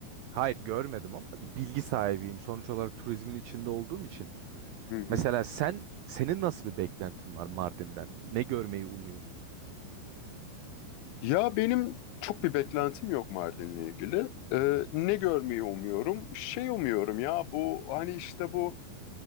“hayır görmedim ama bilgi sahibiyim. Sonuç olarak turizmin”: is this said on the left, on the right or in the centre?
Right